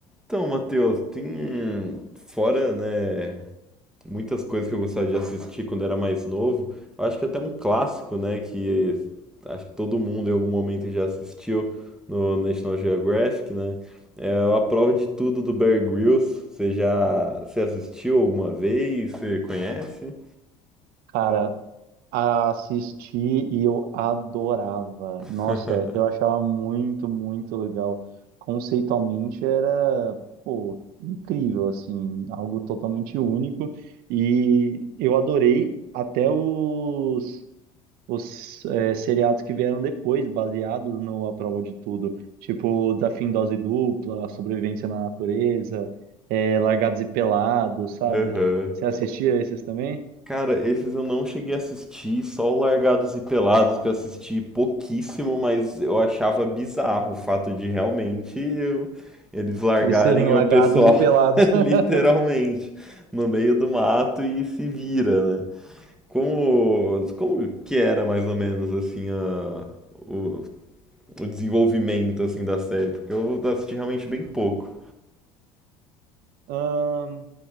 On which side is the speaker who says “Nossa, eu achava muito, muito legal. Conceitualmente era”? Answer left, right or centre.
Right